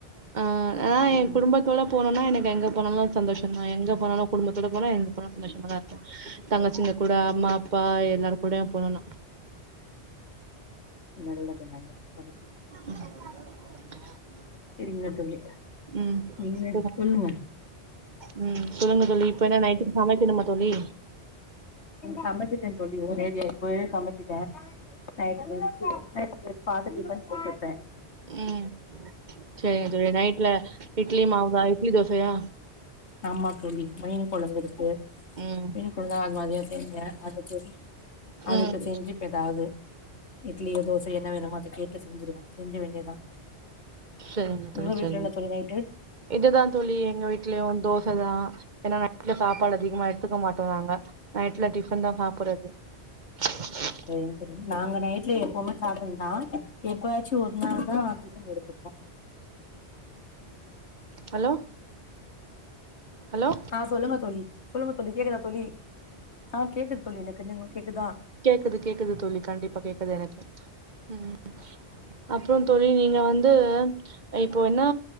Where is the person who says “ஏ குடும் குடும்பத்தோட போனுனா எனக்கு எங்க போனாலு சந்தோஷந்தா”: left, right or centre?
Right